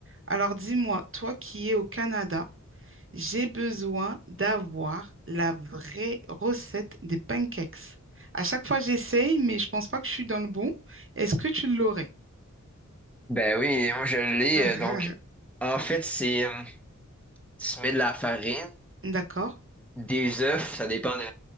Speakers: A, on the right; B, in the centre.
A: Alors dis-moi, toi qui es au Canada, j'ai besoin d'avoir la vraie recette des pancakes. À chaque fois, j'essaye, mais je pense pas que je suis dans le bon. Est-ce que tu l'aurais?
B: Ben oui, moi je l'ai.
A: <laughs>
B: euh, Donc, en fait, c'est euh, tu mets de la farine,
A: D'accord,
B: des œufs, ça dépend de